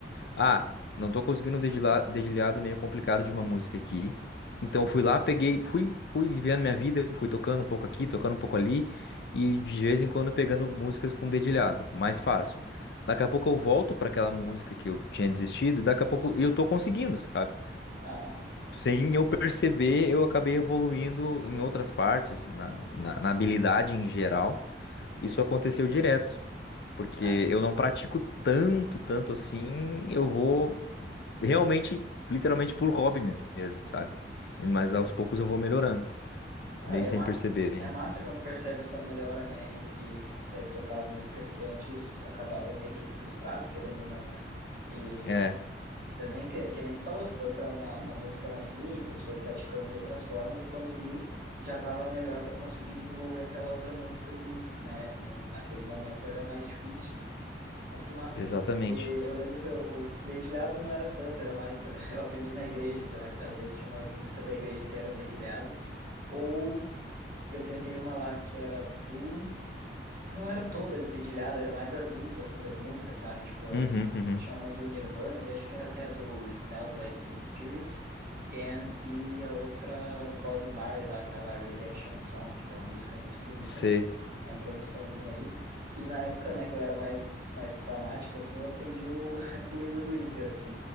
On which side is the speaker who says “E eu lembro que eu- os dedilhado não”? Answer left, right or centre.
Right